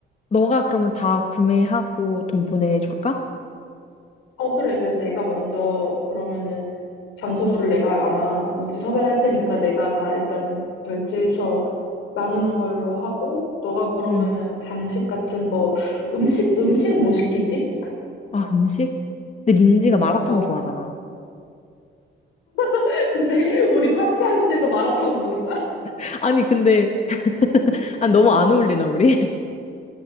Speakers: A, on the left; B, on the left.
A: 너가 그러면 다 구매하고 돈 보내줄까?
B: 어, 그래, 그래. 내가 먼저, 그러면은, 장소를 내가 아마 뭐지 섭외할 테니까 내가 다 일단은 결제해서 나누는 걸로 하고, 너가 그러면은
A: 응
B: 장식 같은 거, 음식, 음식 뭐 시키지?
A: 아, 음식? 근데 민지가 마라탕
B: 어.
A: 좋아하잖아.
B: <laughs> 근데 우리 파티하는데도 마라탕 먹는 거야?
A: <laughs> 아니, 근데, 아, 너무 안 어울리나, 우리? <laughs>